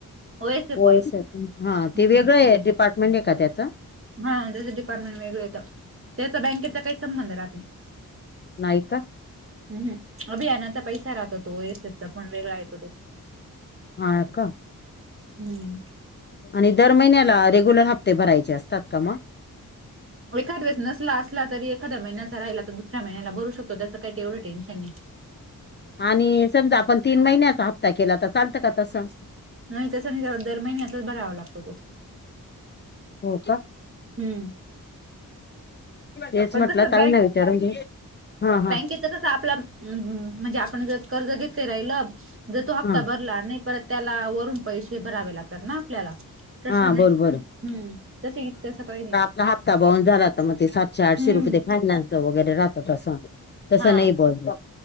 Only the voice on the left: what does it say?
होय
असत, हा
ते वेगळं आहे
डिपार्टमेंट आहे का त्याचं?
नाही, का.
हा, का.
आणि दर महिन्याला रेग्युलर हफ्ते भरायचे असतात का मग?
आणि समजा आपण तीन महिन्याचा हप्ता केला तर चालतं का तसं?
हो, का.
हेच
म्हटलं
ताईना विचारून घे, हा, हा..
हा
हा
बरोबर
तो हप्ता बाउन्स झाला तर मग ते सातशे- आठशे
रुपये ते फायनान्सच वगैरे राहतं तसं तसं
नाही बोलतो.